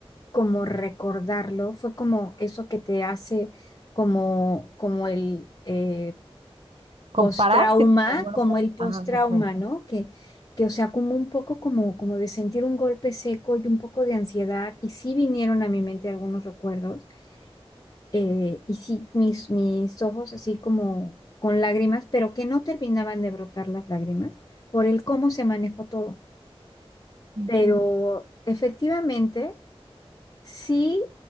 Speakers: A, on the left; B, on the right.
A: como recordarlo, fue como eso que te hace como, como el... eh,
B: Compararse.
A: postrauma, como el postrauma,
B: Ah, ok.
A: ¿no? Que, que, o sea, como un poco como, como de sentir un golpe seco y un poco de ansiedad, y sí vinieron a mi mente algunos recuerdos, eh, y sí mis, mis ojos así como con lágrimas, pero que no terminaban de brotar las lágrimas por el cómo se manejó todo.
B: Ujú,
A: Pero efectivamente, sí